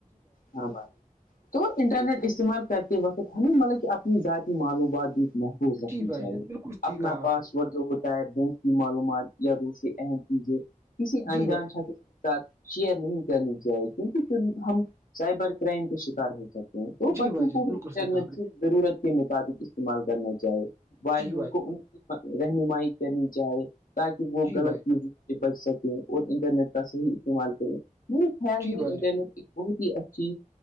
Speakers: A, on the left (about 80°); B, on the right (about 20°).
A: ہاں بھائ تو انٹرنیٹ استعمال کرتے وقت ہمیں مطلب کہ اپنی ذاتی معلومات دی محفوظ رکھنی
B: جی بھائی
A: چاہیے
B: جان بالکل صحیح
A: اپنا
B: کہا
A: پاس
B: آپ نے
A: اور جو ہوتا ہے بینک کی معلومات یا دوسری اہم چیزیں کسی انجان
B: جی بھائی
A: ساتھ شیئر نہیں کرنی چاہیے کیونکہ پھر ہم سائبر کرائم کا شکار ہو سکتے تو
B: جی
A: بچوں
B: بھائی جان
A: کو بھی
B: بالکل
A: انٹرنیٹ
B: صحیح کہا آپ نے
A: کی ضرورت کے مطابق استعمال کرنا چاہیے والدین
B: جی بھائی
A: کو
B: جان
A: ان کی رہنمائی کرنی چاہے تاکہ وہ
B: جی
A: غلط چیز بچ سکیں اور انٹرنیٹ کا صحیح استعمال کریں میرے خیال میں
B: بھائی
A: انٹرنیٹ
B: جان
A: ایک بہت ہی کی